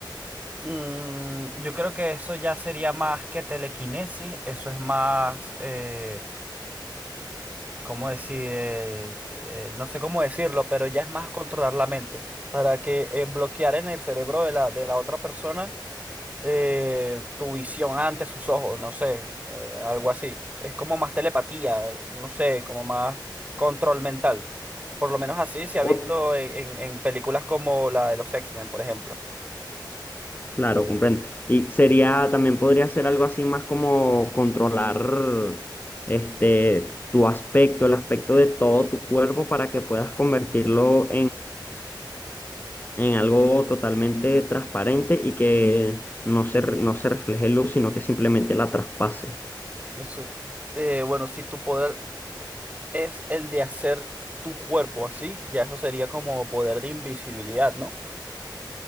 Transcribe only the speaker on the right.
mm, yo creo que eso ya sería más que telequinesis, eso es más... eh, ¿cómo decir? Eh, eh, no sé cómo decirlo, pero ya es más controlar la mente para que eh, bloquear en el cerebro de la, de la otra persona eh, tu visión ante sus ojos, no sé, eh, algo así. Es como más telepatía, no sé, como más control mental. Por lo menos así se ha
visto en, en- en películas como la de los X-Men, por ejemplo.
Y su- eh, bueno, si tu poder es el de hacer tu cuerpo así, ya eso sería como poder de invisibilidad, ¿no?